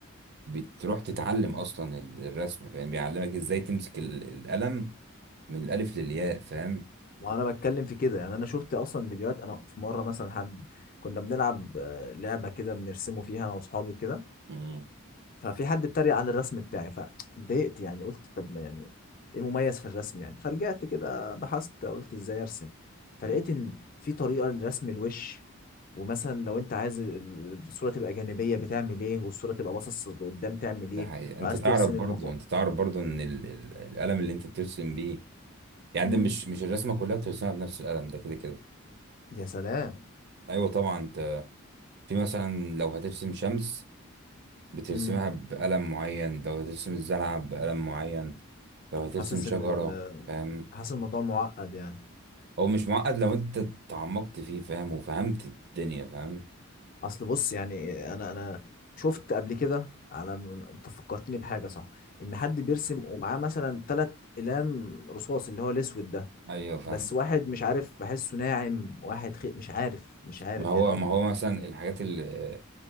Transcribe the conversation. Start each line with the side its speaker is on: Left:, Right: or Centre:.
Right: بتروح تتعلم اصلا ال- الرسم فاهم بيعلمك ازاي تمسك ال- القلم من الالف للياء فاهم
Left: وانا بتكلم في كده يعني انا شفت اصلا فيديوهات انا في مره مثلا حد كنا بنلعب آه، لعبه كده بنرسمه فيها انا واصحابي وكده
Right: مم.
Left: ففي حد اتريق على الرسم بتاعي فاتضايقت يعني قلت طب ما يعني ايه المميز في الرسم يعني فرجعت كده بحثت قلت ازاي ارسم فلقيت
Right: مم.
Left: ان في طريقة لرسم الوش ومثلا لو انت عايز ال- الصورة تبقى جانبية بتعمل ايه والصورة تبقى باصص لقدام تعمل
Right: ده
Left: ايه
Right: حقيقة انت
Left: وعايز
Right: تعرف
Left: ترسم
Right: برضو
Left: المفاصل
Right: انت تعرف برضو ان ال- ال- القلم اللي انت بترسم بيه يعني
Left: امم
Right: ده مش مش الرسمه كلها بترسمها بنفس القلم ده كده كده
Left: يا سلام
Right: ايوه طبعا انت في مثلا لو هترسم شمس بترسمها
Left: امم
Right: بقلم معين لو هترسم الزلعه بقلم معين لو هترسم
Left: حاسس
Right: شجره
Left: ان ال...
Right: فاهم
Left: حاسس الموضوع معقد يعني
Right: هو مش معقد لو انت تعمقت فيه فاهم وفهمت الدنيا فاهم
Left: اصل بص يعني انا انا شفت قبل كده على من- انت فكرتني بحاجه صح ان حد بيرسم ومعاه مثلا ثلاث اقلام رصاص اللي هو الاسود ده
Right: ايوه فاهم
Left: بس واحد مش عارف بحسه ناعم واحد خي... مش عارف مش عارف
Right: ما هو
Left: يعني هو
Right: ما
Left: ب-
Right: هو مثلا الحاجات اللي